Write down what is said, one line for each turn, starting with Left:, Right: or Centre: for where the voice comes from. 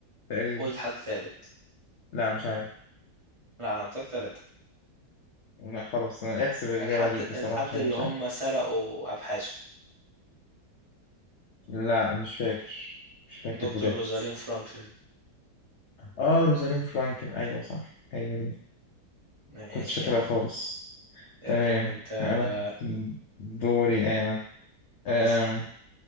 Left: تقريبا
Right: قول حد ثالث
Left: لا مش عارف
Right: لا انا قلت لك ثلاثه
Left: لا خلاص احسب الإجابة
Right: الحد
Left: ليك بصراحة
Right: الحد
Left: عشان
Right: اللي
Left: أنا مش
Right: هم
Left: عارف
Right: سرقوا ابحاثه
Left: لا مش فاكر مش فاكر
Right: دكتور
Left: بجد
Right: روزالين فرانكلين
Left: آه روزالين فرانكل أيوه صح هي دي
Right: ماشي
Left: كنتش فاكرها
Right: يا عم
Left: خالص
Right: الريمونتادا
Left: تمام أنا دوري أنا أم.
Right: اسم